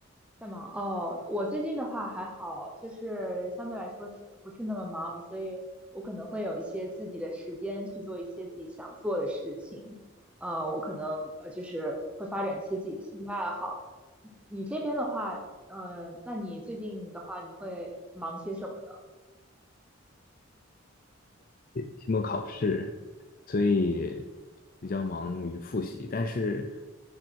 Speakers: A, in the centre; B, on the left (about 40°).
A: 在忙哦，我最近的话还好，就是相对来说是不是那么忙，所以我可能会有一些自己的时间去做一些自己想做的事情。呃，我可能呃就是会发展一些自己的兴趣爱好。你你这边的话，呃，那你最近的话，你会忙些什么呢？
B: 期末考试，所以比较忙于复习。但是